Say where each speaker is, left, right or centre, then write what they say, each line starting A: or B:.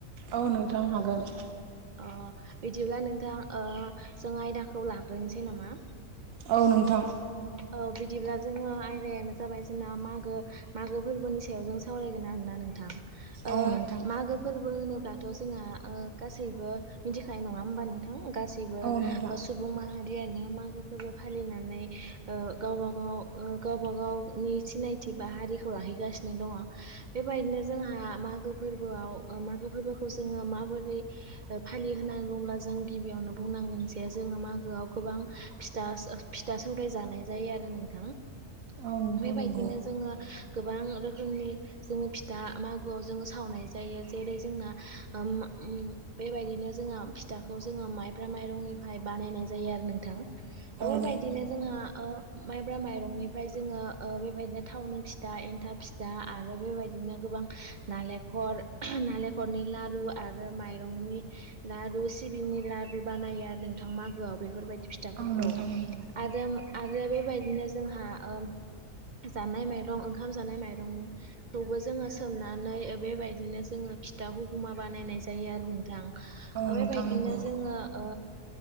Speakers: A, on the right; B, on the right.
A: औ नोंथां हागोन।
B: अ बिदिब्ला नोंथां ओ जों आयदाखौ लाग्रोनोसै नामा?
A: औ नोंथां।
B: औ बिदिब्ला जोङो आयदायानो जाबाय जोंना मागो मागो फोरबोनि सायाव जों सावरायगोन आ रोना नोंथां ओ
A: औ नोंथां
B: मागो फोरबोहोनो होनोमब्लाथ' जोंहा ओ गासैबो मिथिखानाय नङा होमबा नोंथां। गासैबो
A: औ नोंथां
B: सुबुं माहारियानो मागो फोरबो फालिनानै ओ गावब गाव ओ गावब गावनि सिनायथि बा हारिखौ लाहैगासिनो दङ। बे बेबायदिनो जोंहा मागो फोरबोआव ओ मागो फोरबोखौ जोङो माबोरै फालिहोनांग बुब्ला जों गिबियावनो बुंनांगोन जे जोङो मागोआव गोबां फिथ फिथा सौराय जानाय जायो आरो नोंथाङा
A: औ नोंथां
B: बेबायदिनो
A: नंगौ
B: जोङो गोबां रोखोमनि जोङो फिथा मागोआव जोङो सावनाय जायो जेरै जोंना ओम मा उम बेबायदिनो जोंहा फिथाखौ जोङो माइब्रा माइरंनिफ्राय बानायनाय जायो आरो नोंथां।
A: औ
B: बेबायदिनो
A: नोंथां
B: जोंहा ओ माइब्रा माइरंनिफ्राय जोङो ओ बेबायदिनो थावनि फिथा एन्था फिथा आरो बेबायदिनो गोबां नालेंखर नालेंखरनि लारु आरो माइरंनि लारु। सिबिंनि लारु बानायो आरो नोंथां मागोआव बेफोरबायदि फिथाफोरखौ
A: औ नोंथां नंगौ
B: आरो आरो बेबायदिनो जोंहा ओम जानाय माइरं ओंखाम जानाय माइरंखौबो जोङो सोमनानै ओ बेबायदिनो जोङो फिथा हुगुमा बानायनाय जायो आरो नोंथां
A: औ
B: ओ
A: नोंथां
B: बेबायदिनो
A: नंगौ
B: जोङो ओ